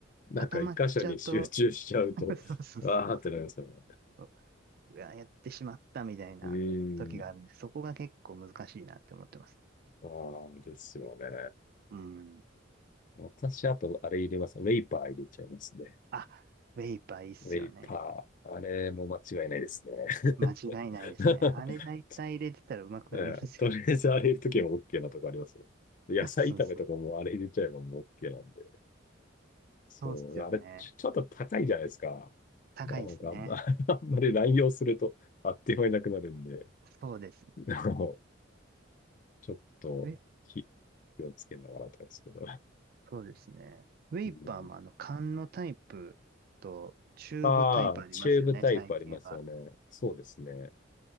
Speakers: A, on the left; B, on the right.
A: なんか一箇所に集中しちゃうと、
B: 固まっちゃうと、<laughs> そうそうそ
A: <laughs> ああってなりますよね。
B: う。うわ、やってしまったみたいな時があるんで、
A: うーん。
B: そこが結構難しいなって思ってます。
A: ああ、ですよね。
B: うん。
A: 私、あと、あれ入れます。ウェイパー入れちゃいますね。
B: あ、ウェイパーいいっすよね。
A: ウェイパー。あれも間違いないですね。
B: 間違いないですね。
A: <laughs>
B: あれ大体入れてたらうまくなりますよ
A: ええとりあえずあれ入れるときは OK なとこあります。野菜炒めとかもあれ入れちゃえばもう
B: ね。<laughs> そうそう。
A: OK なんで。そう、
B: そうっすよね。
A: あれ、ちょ、ちょっと高いじゃないですか。
B: 高いですね。
A: なんか、あんま <laughs> あんまり乱用すると、あっという間になくなるんで、
B: そうです
A: <laughs> あの、ちょっと、
B: ね。え、
A: 気気をつけながらなんですけど。
B: そうですね。ウェイパーもあの、
A: うん、
B: 缶のタイプとチューブタイプありますよね、
A: ああ、チューブタイプありますよね。
B: 最近は。
A: そうですね。